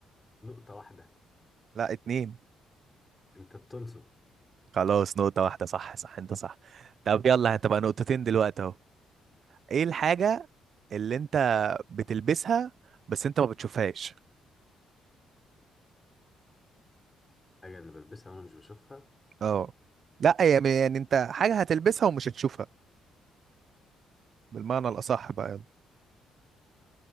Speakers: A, on the left (about 20°); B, on the right (about 55°).
A: نقطة واحدة
B: لأ اتنين
A: انت بتنصب
B: خلاص نقطة واحدة صح صح انت صح طب يلا هتبقى
A: مم.
B: نقطتين دلوقتي اهو ايه الحاجة اللي انت بتلبسها بس انت ما بتشوفهاش
A: حاجة اللي بلبسها وانا مش بشوفها
B: اه لا يعني يعني انت حاجه هتلبسها ومش هتشوفها بالمعنى الاصح بقى يعني.